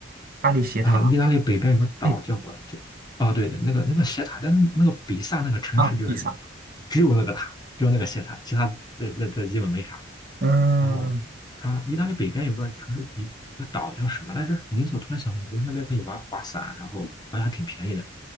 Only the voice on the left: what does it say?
呃，意大利北边有个岛叫我这，
哦，对的，那个那个斜塔，但是那个比萨那个城市就是
只有那个塔，只有那个斜塔，其他这这这基本没啥了
然后它意大利北边有个城市，有个岛叫什么来着？名字我突然想不起来，就是那边可以玩滑伞，然后好像还挺便宜的。